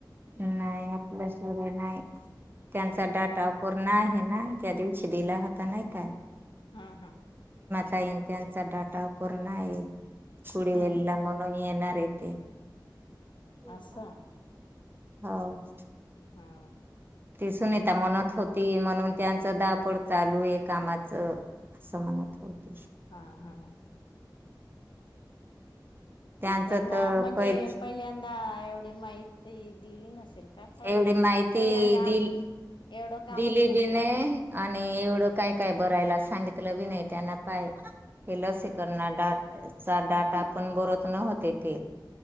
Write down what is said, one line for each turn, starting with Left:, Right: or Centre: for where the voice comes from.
Right: नाही आपल्या हित नाही त्यांचा डाटा अपूर्ण आहे. ना त्या दिवशी दिला होता नाही का!
Left: हा हा
Right: ताई त्यांचा डेटा पूर्ण आहे. कुडीवला
Left: हम्म
Right: म्हणून येनारयते! ते
Left: असं
Right: का? हो
Left: हा
Right: ती सुनीता म्हणत होती म्हणून त्यां च धावपळ चालू आहे कामाच असं म्हणत होत. <inaudible>
Left: हा हा
Right: त्यांचं
Left: त्यांना
Right: तर
Left: म्हणजे
Right: पहि
Left: पहिल्यांदा एवढे माहिती ती दिली नसेल का काही
Right: एवढी माहिती
Left: पहिल्यांदा
Right: दिल
Left: एवढं कामच
Right: दिली
Left: नसेल
Right: बी नाही, आणि एवढं काय काय बरायला सांगितलं बी नाही. त्यांना पाय हे लसीकरणाचा डाटा पण बरत न होते ते!